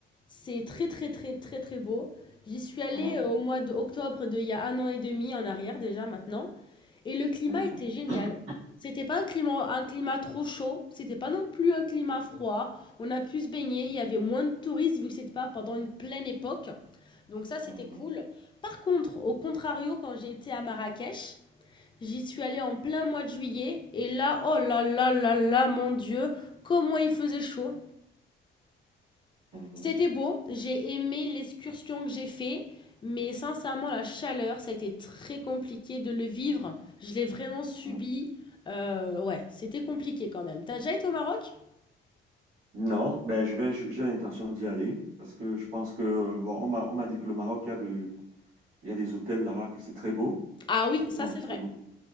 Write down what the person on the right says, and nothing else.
Mhm,
mhm.
<clears throat>
Mhm.
Mhm,
mhm.
Non, ben je vais, je- j'ai l'intention d'y aller parce que je pense que euh, bon, on m'a, on m'a dit que le Maroc, il y a de, il y a des hôtels là-bas que c'est très beau.
Ils
ont de
très
beaux.